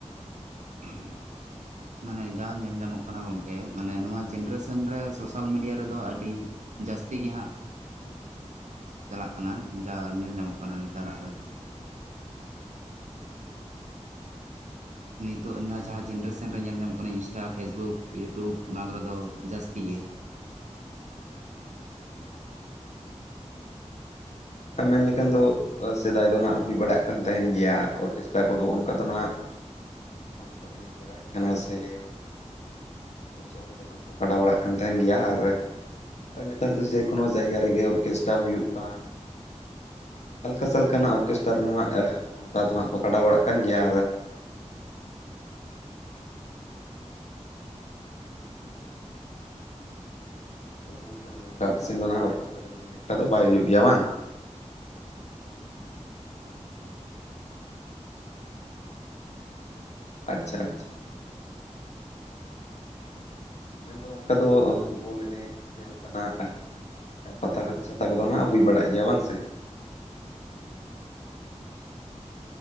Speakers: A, on the right (about 75°); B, on the left (about 65°).
A: ᱦᱩᱸ <unintelligible> ᱢᱟᱱᱮ ᱡᱟ ᱧᱮᱞ ᱧᱟᱢᱚᱜ ᱠᱟᱱᱟ ᱜᱚᱝᱠᱮ ᱢᱟᱱᱮ ᱱᱚᱣᱟ ᱡᱮᱱᱼᱨᱮᱥᱮᱱ ᱨᱮ ᱥᱳᱥᱟᱞ ᱢᱤᱰᱤᱭᱟ ᱨᱮᱫᱚ ᱟᱹᱰᱤ ᱡᱟᱹᱥᱛᱤ ᱜᱮ ᱦᱟᱸᱜ ᱪᱟᱞᱟᱜ ᱠᱟᱱᱟ ᱡᱟ ᱧᱮᱞ ᱧᱟᱢᱚᱜ ᱠᱟᱱᱟ ᱱᱮᱛᱟᱨᱟᱜ ᱨᱮᱫᱚ᱾ ᱱᱤᱛᱚᱜ ᱮᱱᱟ ᱡᱟᱦᱟᱸ ᱡᱮᱱᱼᱨᱮᱥᱮᱱ ᱨᱮ ᱧᱮᱞ ᱧᱟᱢᱚᱜ ᱠᱟᱱᱟ ᱤᱸᱥᱴᱟ, ᱯᱷᱮᱥᱵᱩᱠ, ᱭᱩᱴᱩᱵ ᱚᱱᱟ ᱠᱚᱨᱮ ᱫᱚ ᱡᱟᱹᱥᱛᱤ ᱜᱮ,
B: ᱟᱨ ᱢᱮᱱ ᱞᱮᱠᱷᱟᱱ ᱫᱚ ᱥᱮᱫᱟᱭ ᱫᱚ ᱱᱷᱟᱸᱜ ᱦᱩᱭ ᱵᱟᱲᱟᱜ ᱠᱟᱱ ᱛᱟᱦᱮᱸᱱ ᱜᱮᱭᱟ ᱚᱨᱠᱮᱥᱴᱟ ᱠᱚᱫᱚ ᱚᱱᱠᱟ ᱫᱚ ᱱᱷᱟᱸᱜ ᱵᱟᱝᱠᱚ ᱮᱱᱮᱡ ᱵᱟᱲᱟᱭᱮᱫ ᱛᱟᱦᱮᱸᱱᱟ ᱥᱮ, ᱞᱚᱥᱚᱫ ᱨᱮᱫᱚ ᱵᱟᱝᱠᱚ ᱠᱟᱰᱟ ᱵᱟᱲᱟᱜ ᱠᱟᱱ ᱛᱟᱦᱮᱸᱱ ᱜᱮᱭᱟ ᱟᱨ ᱟᱨ ᱱᱮᱛᱟᱨ ᱫᱚ ᱡᱟᱹᱭ ᱠᱳᱱᱳ ᱡᱟᱭᱜᱟ ᱨᱮᱜᱮ ᱚᱨᱠᱮᱥᱴᱟ ᱦᱩᱭᱩᱜ ᱠᱟᱱ, ᱦᱟᱞᱠᱟᱥ ᱦᱟᱹᱞᱠᱟᱹ ᱨᱮ ᱱᱟᱜ ᱚᱨᱠᱮᱥᱴᱟᱨ ᱱᱚᱣᱟᱹᱜ ᱟᱹᱦ ᱚᱱᱠᱟ ᱫᱚ ᱦᱟᱸᱜ ᱠᱚ ᱠᱟᱰᱟ ᱵᱟᱲᱟᱜ ᱠᱟᱱ ᱜᱮᱭᱟ ᱟᱨ ᱛᱟᱦᱚᱞᱮ ᱜᱚᱢᱠᱮ ᱚᱱᱮ ᱚᱱᱠᱟ ᱟᱯᱮ ᱥᱮᱱ ᱫᱚ ᱦᱟᱸᱜ ᱚᱨᱠᱮᱥᱴᱟᱨᱟ ᱠᱚᱫᱚ ᱩᱱᱟᱹᱜ ᱮᱠᱴᱟ ᱫᱚ ᱵᱟᱭ ᱦᱩᱭᱩᱜ ᱜᱮᱭᱟ ᱵᱟᱝ?
A: ᱚᱸᱠᱟ ᱫᱚ ᱵᱟᱭ ᱦᱩᱭᱩᱜ ᱜᱮᱭᱟ,
B: ᱟᱪᱪᱷᱟ ᱟᱪᱪᱷᱟ ᱾ ᱢᱮᱱ ᱫᱚ ᱚᱱᱠᱟ ᱫᱚᱼᱚᱦ ᱵᱚᱞ ᱮᱱᱮᱡ ᱥᱮ ᱚᱱᱠᱟ ᱱᱟᱜ ᱮᱸ ᱯᱟᱛᱟᱠᱟ ᱪᱷᱟᱛᱟ ᱠᱚᱫᱚ ᱱᱷᱟᱸᱜ ᱦᱩᱭ ᱵᱟᱲᱟᱜ ᱜᱮᱭᱟ ᱵᱟᱝ ᱥᱮ,